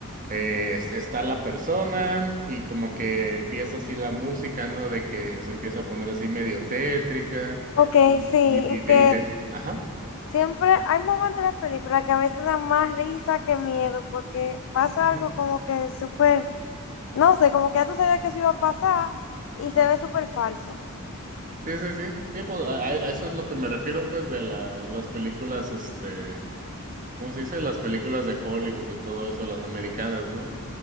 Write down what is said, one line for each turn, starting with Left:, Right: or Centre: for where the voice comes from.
Right: eh, es- está la persona y como que empieza así la música, ¿no? De que se empieza a poner así medio tétrica
Left: Ok,
Right: y,
Left: sí,
Right: y,
Left: y
Right: y
Left: que
Right: te, y te- ajá.
Left: siempre hay momentos en la película que a veces dan más risa que miedo, porque pasa
Right: ujú,
Left: algo como que súper No sé, como que ya tú sabías que eso iba a pasar y se
Right: ajá.
Left: ve súper falso.
Right: Sí, sí, sí, sí, pues a, a- a eso es lo que me refiero, pues, de la, las películas, este, ¿cómo se dice? Las películas de Hollywood y todo eso, las americanas, ¿no?